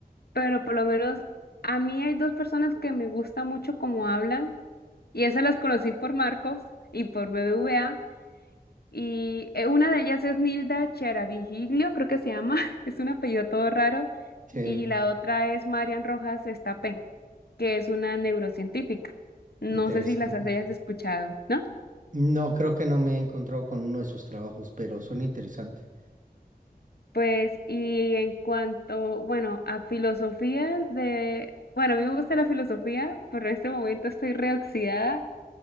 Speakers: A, on the left; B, on the right.
A: pero por lo menos a mí hay dos personas que me gusta mucho cómo hablan y esas las conocí por Marcos y por BBVA y eh, una de ellas es Nilda Cheravigilio, creo que se llama, <laughs> es un apellido todo raro
B: Sí,
A: y la otra es Marian Rojas Estapé, que es una neurocientífica. No
B: interesante.
A: sé si las has- hayas escuchado, ¿no?
B: No, creo que no me he encontrado con uno de sus trabajos, pero suena interesante.
A: Pues, y en cuanto, bueno, a filosofías de, bueno, a mí me gusta la filosofía, pero en este momento estoy reoxidada.